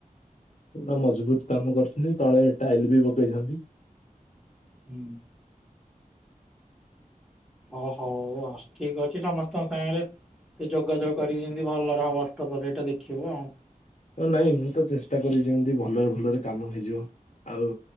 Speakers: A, on the left; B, in the centre.
A: ପୁରୁରା ମଜବୁତ କାମ କରୁଛନ୍ତି। ତଳେ ଟାଇଲ ବି ପକେଇଛନ୍ତି। <inaudible>
B: ହୁଁ। ଓହୋ ଠିକ୍ ଅଛି। ସମସ୍ତଙ୍କ ସାଙ୍ଗରେ ସେ ଯୋଗାଯୋଗ କରିକି ଯେମିତି ଭଲରେ ହବ ଅଷ୍ଟ ପହଁରି ସେଇଟା ଦେଖିବ ଆଉ।
A: ହ ନାଇଁ ମୁଁ ତ ଚେଷ୍ଟା କର ଯେମିତି ଭଲରେ ଭଲରେ କାମ ହେଇଯିବ। ଆଉ